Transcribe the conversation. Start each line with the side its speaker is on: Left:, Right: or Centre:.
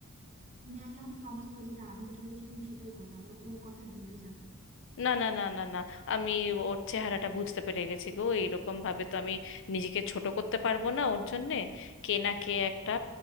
Right: তুমি আগে আমাকে প্রমিস করো যেটা আমি যেটা বলেছি তুমি সেটাই করবে আবার ওর কথায় গলে যাবে না
Left: না না না না না আমি ওর চেহারাটা বুঝতে পেরে গেছি গো এইরকম ভাবে তো আমি নিজেকে ছোট করতে পারবো না ওর জন্যে কে না কে একটা